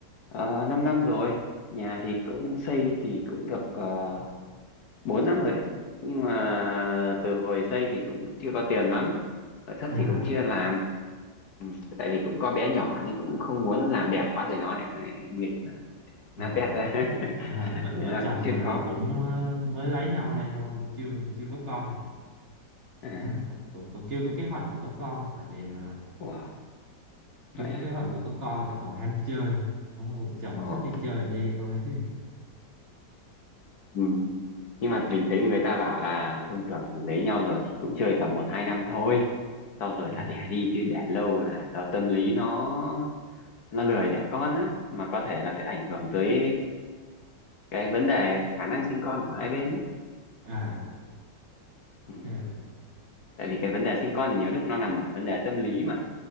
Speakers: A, on the left; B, on the right.
A: 5 năm năm rồi nhà thì cũng xây thì cũng được ờ, 4 năm rồi đấy nhưng mà từ hồi xây thì cũng chưa có tiền lắm nội thất
B: <laughs>
A: thì
B: À,
A: cũng chưa làm ừ. tại vì cũng có bé nhỏ nên cũng không muốn làm đẹp quá rồi nó lại lại nghịch nó- nát
B: à.
A: bét ra <laughs>
B: à, vợ,
A: nên
B: vợ
A: là
B: chồng
A: cũng chưa
B: mình
A: có
B: thì cũng ờ, mới lấy nhau đây thôi chưa chưa có con
A: à,
B: <laughs> cũng, cũng cũng chưa có kế hoạch là có con tại ờ,
A: ủa vậy
B: chưa có
A: à
B: kế hoạch là có con lại còn ham chơi Đúng rồi, chồng
A: ồ
B: thích đi chơi thì đi thôi
A: ừ. nhưng mà mình thấy người ta bảo là thông thường thì lấy nhau rồi thì cũng chơi tầm một hai năm thôi sau rồi
B: <laughs>
A: là đẻ đi chứ để lâu là sợ tâm lý nó nó lười đẻ con á mà có thể nó sẽ ảnh hưởng tới cái vấn đề khả năng sinh con của hai bên đấy
B: à
A: ừ.
B: ok.
A: tại vì cái vấn đề sinh con thì nhiều lúc nó nằm ở vấn đề tâm lý mà